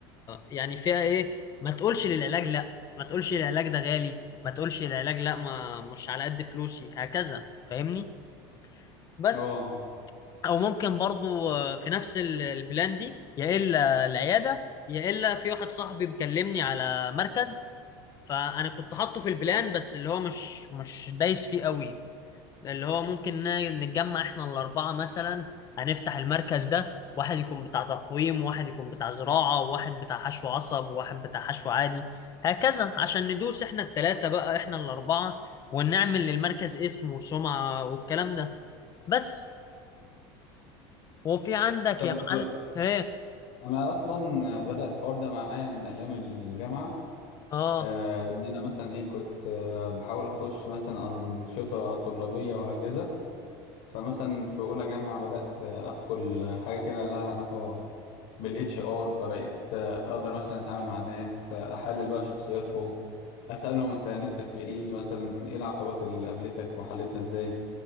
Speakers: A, on the left (about 30°); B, on the left (about 55°).
A: يعني فئه ايه ما تقولش للعلاج لا ما تقولش العلاج ده غالي ما تقولش العلاج لا ما مش على قد فلوسي هكذا فاهمني بس
B: اه
A: او ممكن برضو آه، في نفس ال- البلان دي يا الا العياده يا الا في واحد صاحبي مكلمني على مركز فانا كنت حاطه في البلان بس اللي هو مش مش دايس فيه قوي اللي هو ممكن ن- نتجمع احنا الأربعة مثلا هنفتح المركز ده واحد يكون بتاع تقويم وواحد يكون بتاع زراعة وواحد بتاع حشو عصب وواحد بتاع حشو عادي هكذا عشان ندوس احنا التلاتة بقى احنا الأربعة ونعمل للمركز اسم وسمعة والكلام ده بس وفي عندك
B: طب
A: يا معلم ايه
B: انا اصلا بدأ الحوار ده معايا من ايام الجامعه
A: اه
B: آه، ان انا مثلا ايه كنت آه، بحاول اخش مثلا انشطه طلابيه وهكذا فمثلا في اولى جامعه بدات ادخل حاجه كده لها علاقه بالاتش ار فبقيت اقدر مثلا اتعامل مع الناس احلل بقى شخصياتهم اسالهم انت نفسك في ايه مثلا ايه العقبات اللي قابلتك وحلتها ازاي